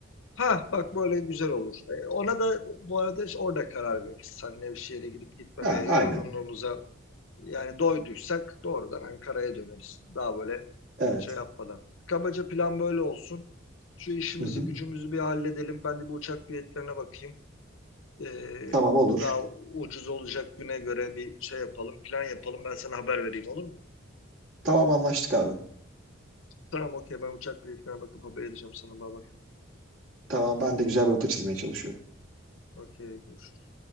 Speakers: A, on the left; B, on the right.
A: Ha bak böyle güzel olur. E, ona da bu arada işte orada karar veririz. Seninle bir şehre gidip gitmemeye,
B: Ha,
A: yorgunluğumuza
B: aynen.
A: yani doyduysak doğrudan Ankara'ya döneriz. Daha böyle
B: Evet.
A: şey yapmadan. Kabaca plan böyle olsun. Şu işimizi
B: Hı hı.
A: gücümüzü bir halledelim. Ben de bu uçak biletlerine bakayım. E,
B: Tamam olur.
A: daha ucuz olacak güne göre bir şey yapalım, plan yapalım. Ben sana haber vereyim olur mu?
B: Tamam anlaştık abi.
A: Tamam okey ben uçak biletlerine bakıp haber edeceğim sana. Bay bay.
B: Tamam ben de güzel bir rota çizmeye çalışıyorum.
A: Okey görüşürüz.